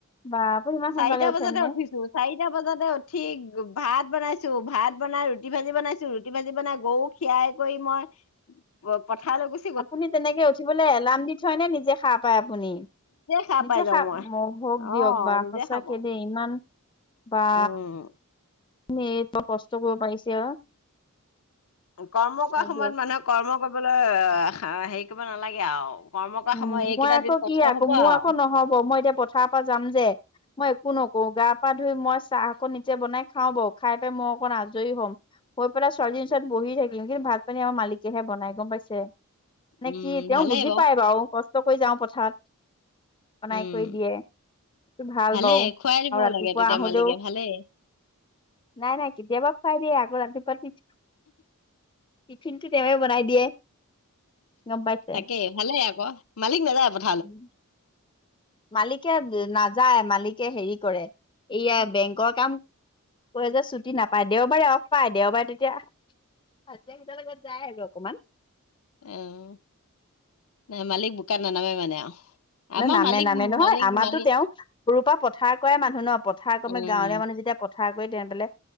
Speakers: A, on the left (about 20°); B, on the left (about 65°).
A: বা আপুনি ইমান সোনকালে
B: চাৰিটা
A: উঠে
B: বজাতে
A: নে
B: উঠিছোঁ। চাৰিটা বজাতে উঠি ভাত বনাইছোঁ ভাত বনাই ৰুটি ভাজি বনাইছোঁ ৰুটি ভাজি বনাইছোঁ গৰু। খিয়াই কৰি মই প পথাৰলৈ গৈ।
A: আপুনি তেনেকে উঠিবলৈ এলাম দি থয় নে নিজে হাৰ পায় আপুনি।
B: সাৰ
A: নিজে
B: পাই যাও
A: হা
B: মই
A: পায় হক
B: অ
A: দিয়ক বা
B: নিজে
A: সচাঁকে
B: সাৰ পাও
A: দেই। ইমান বা
B: উম
A: নিজ কষ্ট কৰিব পাৰিছে আও।
B: কৰ্ম কৰা সময়ত
A: দিয়ক
B: মানুহে কৰ্ম কৰিবলৈ হেৰি কৰিব নালাগে আও। কৰ্ম কৰা
A: উম
B: সময় এইকেইটা
A: মই আকৌ
B: দিন কষ্ট
A: কি আকৌ
B: হ'ব
A: মোৰ
B: আও।
A: আকৌ নহ'ব মই এতিয়া পথাৰৰ পৰা যাম যে- মই একো নকৰো গা পা ধুই মই চাহ অকণ নিজে বনাই খাওঁ বাৰু খাই পাই মই অকণ আজৰি হ'ম। হৈ পেলায় ছোৱালীজনী ওচৰত বহি থাকিম কিন্তু ভাত পানী আমাৰ মালিকেহে বনাই গম পাইছে। নে
B: উম
A: কি তেওঁ
B: ভালেই
A: বুজি পায় বাৰু কষ্ট কৰি যাওঁ পথাৰত। বনাই
B: উম
A: কৰি দিয়ে সেইটো ভাল
B: ভালেই
A: বাৰ আৰু
B: খুৱাই দিবও
A: ৰাতিপুৱা
B: লাগে তেতিয়া
A: আহোঁতেও
B: মালিকে
A: -
B: ভালেই
A: নাই নাই কেতিয়াবা খোৱাই দিয়ে আকৌ ৰাতিপুৱা তি- টিফিন টো তেওঁৱে বনাই দিয়ে। গম পাইছে
B: তাকেই ভালে আকৌ মালিক নাযায় পঠা-
A: উমঁ! মালিকে নাযায় মালিকে হেৰি কৰে এইয়া বেংকৰ কাম। কৰে যে ছুটি নাপায় দেওবাৰে অফ পায় দেওবাৰে তেতিয়া। ৰাজিয়া কেইটা লগত যায় আৰু অকমান।
B: অম ন মালিক বুকাত নানামে আও। আমাৰ
A: ন নামে
B: মালিক
A: নামে নহয়
B: মালিক
A: আমাৰতো
B: মালিক
A: তেওঁ সৰুৰ পৰা পথাৰ কৰা মানুহ ন পথাৰ কমে
B: উম,
A: গাঁৱলীয়া মানুহ যেতিয়া- পথাৰ কৈ তেনে পালে